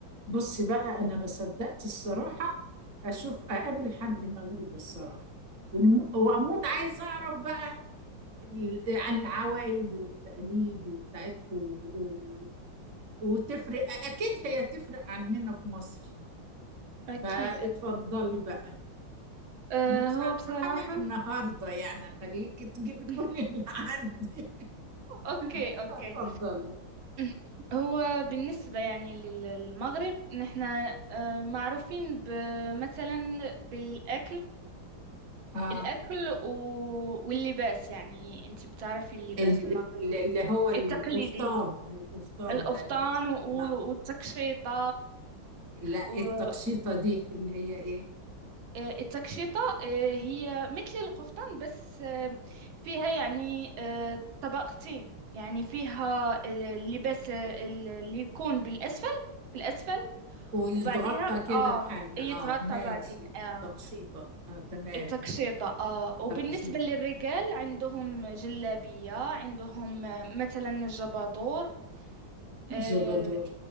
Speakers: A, on the right; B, on the right.
A: بصي بقى انا ما صدقت الصراحه اشوف اقابل حد مغربي الصراحه ونمو- واموت عايز اعرف بقى ال- عن العوايد والتقاليد وبتاعتكم و... وتفرق اكيد هي تفرق عننا في مصر
B: أكيد
A: فاتفضلي
B: أكيد
A: بقى
B: أه
A: انا مش
B: هو بصراحة
A: هرحمك النهارده يعني خليكي تجيبي كل
B: <laughs>
A: اللي عندي
B: أوكي
A: <laughs>
B: أوكي
A: اتفضلي
B: <clears throat> هو بالنسبة يعني لل- للمغرب نحن أه معروفين ب- مثلا بالأكل
A: اه
B: الأكل و- واللباس يعني أنت بتعرفي اللباس
A: ال-
B: المغربي
A: ال- اللي هو القفطان
B: التقليدي
A: القفطان
B: القفطان
A: ده اللبس
B: و-
A: آه،
B: والتكشيطة
A: لا
B: و...
A: التقشيطة دي اللي هي ايه
B: آه، التكشيطة آه، هي مثل القفطان بس آه، فيها يعني آه، طبقتين يعني فيها اللباس آه، اللي يكون بالأسفل في الأسفل
A: ويتغطى
B: وبعديها
A: كده
B: آه
A: بحاجة
B: يتغطى
A: اه ماشي
B: بعدين آه
A: تقشيطة اه تمام
B: التكشيطة آه وبالنسبة
A: تقشيط
B: للرجال عندهم جلابية عندهم آه، مثلا الجبادور آه,
A: جبادور